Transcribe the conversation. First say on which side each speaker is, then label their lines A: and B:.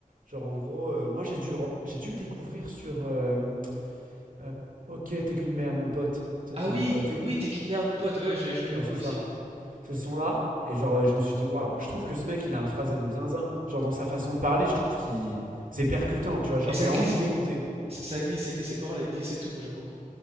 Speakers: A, on the right; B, on the right.
A: Genre en gros, euh, moi j'ai dû, re- j'ai dû le découvrir sur... euh, euh, ok, t'es qu'une merde mon pote. C'est
B: Ah
A: un...
B: oui,
A: euh, t'es-
B: oui, t'es qu'une merde, mon pote. Ouais, je, je l'aime beaucoup
A: Ouais, c'est
B: aussi.
A: ça. ce son-là. Et genre, euh, je me suis dit, waouh, je trouve que ce mec, il a un phrasé de zinzin. Genre, dans sa façon de parler, je trouve qu'il. C'est percutant, tu vois. Genre,
B: Et ça
A: j'ai envie
B: glisse,
A: de l'écouter.
B: ça glisse, ça glisse. Ses paroles, elles glissent et tout. Moi, j'aime beaucoup.